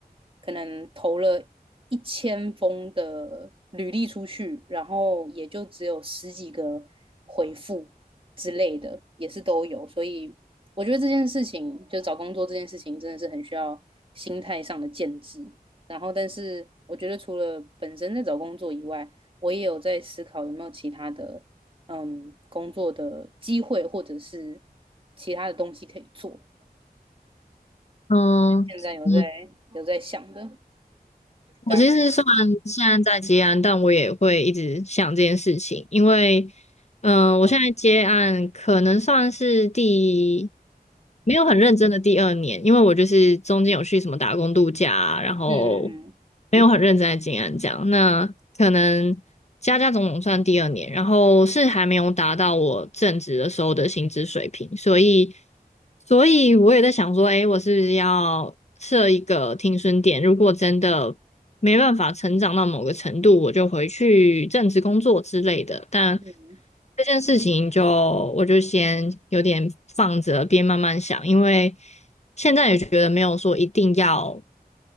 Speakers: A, on the right (about 35°); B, on the left (about 45°).
A: 可能投了一千封的履历出去，然后也就只有十几个回复之类的，也是都有。所以我觉得这件事情，就找工作这件事情，真的是很需要心态上的建制。然后，但是我觉得除了本身在找工作以外，我也有在思考有没有其他的嗯工作的机会，或者是其他的东西可以做。
B: 嗯，
A: 现在有在
B: 嗯。
A: 有在想的，
B: 我其实虽然现在在接案，
A: 大概
B: 但我也会一直想这件事情，因为，嗯、我现在接案可能算是第没有很认真的第二年，因为我就是中间有去什么打工度假啊然后
A: 嗯
B: 没有很认真在接案这样。那可能加加总总算第二年，然后是还没有达到我正职的时候的薪资水平，所以，所以我也在想说，诶，我是不是要设一个停损点？如果真的没办法成长到某个程度，我就回去正职工作之类的。但
A: 嗯
B: 这件事情就我就先有点放着，边慢慢想，因为现在也觉得没有说一定要